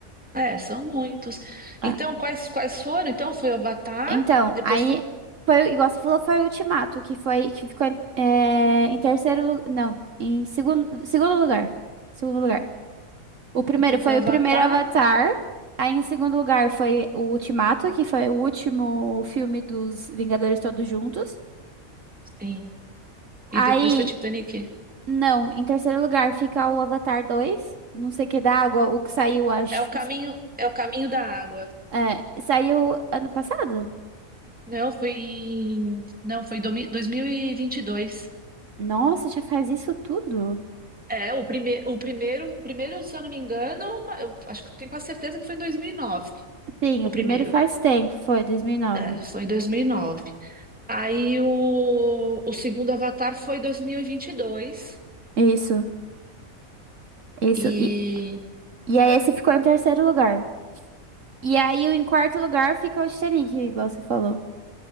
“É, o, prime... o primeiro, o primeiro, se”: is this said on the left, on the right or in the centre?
Centre